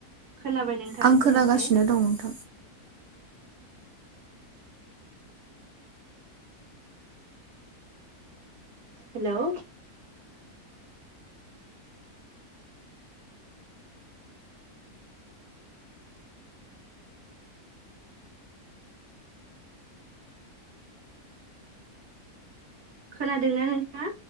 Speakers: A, on the right; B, on the right.
A: खोनाबाय नोंथां
B: आं खोनागासिनो
A: बुंनायसै
B: दं नथां
A: हेल' खोनादोंना नोंथांआ